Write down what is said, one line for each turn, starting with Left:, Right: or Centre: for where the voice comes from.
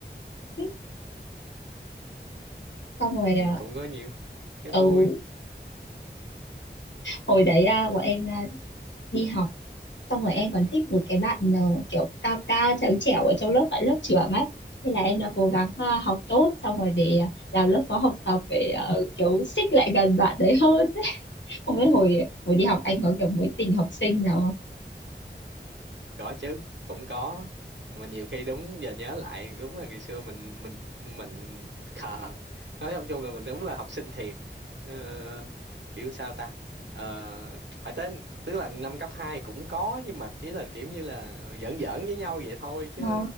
Left: <laughs> xong rồi à,
Right: cũng có nhiều cái
Left: ừ,
Right: vui
Left: hồi đấy à, bọn em à, đi học xong rồi em còn thích một cái bạn ờ, kiểu cao cao trắng trẻo ở trong lớp bạn lớp trưởng á thế là em đã cố gắng ờ, học tốt xong rồi để ờ, làm lớp phó học tập để ờ, kiểu xích lại gần bạn đấy hơn <laughs> không biết hồi hồi đi học anh có kiểu mối tình học sinh nào không?
Right: có chứ cũng có mà nhiều khi đúng giờ nhớ lại đúng là ngày xưa mình mình mình khờ nói chung chung là mình đúng là học sinh thiệt ờ, kiểu sao ta Ờ, phải tới tức là năm cấp 2 cũng có nhưng mà chỉ là kiểu như là giỡn giỡn với nhau vậy thôi chứ
Left: À,